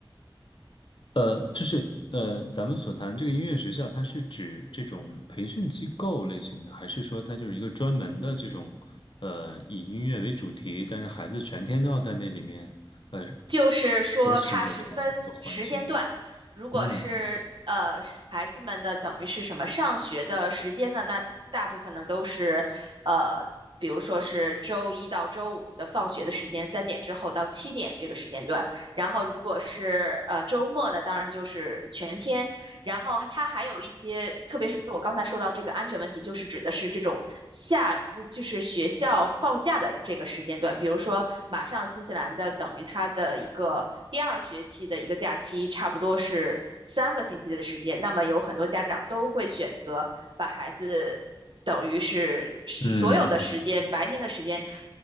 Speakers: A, on the left; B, on the right.
A: 呃，就是呃，咱们所谈这个音乐学校，它是指这种培训机构类型的，还是说它就是一个专门的这种呃以音乐为主题，但是孩子全天都要在那里面呃
B: 就是说它是分时间段，
A: 学习的这样的一个环境？
B: 如果是呃孩子们的等于是什么上学的时间呢，
A: 嗯
B: 那大部分呢都是呃，比如说是周一到周五的放学的时间，三点之后到七点这个时间段。然后如果是呃周末呢，当然就是全天，然后它还有一些，特别是我刚才说到这个安全问题，就是指的是这种下，呃就是学校放假的这个时间段，比如说马上新西兰的等于它的一个第二学期的一个假期，差不多是三个星期的时间，那么有很多家长都会选择把孩子。等于是所有的时间，
A: 嗯。
B: 白天的时间